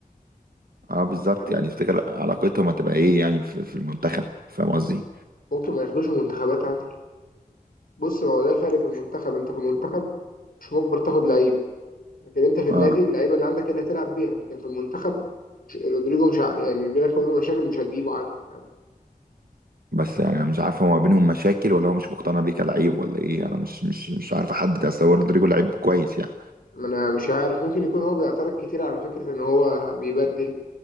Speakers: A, on the right (about 75°); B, on the left (about 70°).
A: اه بالظبط
B: غريبة
A: يعني تفتكر
B: مش
A: علاقتهم هتبقى ايه يعني في, في المنتخب فاهم قصدي
B: ممكن ما ياخدوش منتخبات عادي بص ما هو ده الفرق في المنتخب أنت في المنتخب مش مجبر تاخد لعيب لكن انت في النادي
A: اه
B: اللعيبه اللي عندك هي اللي هتلعب بيها لكن في المنتخب مش- رودريجو مش ع- يعني بينك وبينه مشاكل مش هتجيبه عادي
A: بس يعني انا مش عارف هو ما بينهم مشاكل ولا هو مش مقتنع بيه كلعيب ولا ايه انا مش مش مش عارف احدد اصل هو رودريجو لعيب كويس يعني
B: ما انا مش عارف ممكن يكون هو بيعترض كتير على فكرة ان هو بيبدل